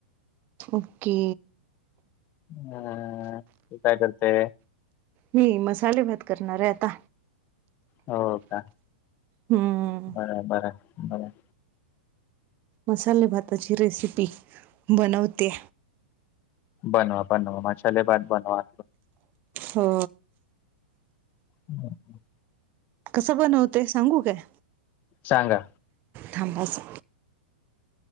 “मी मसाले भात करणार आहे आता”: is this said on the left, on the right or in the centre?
Right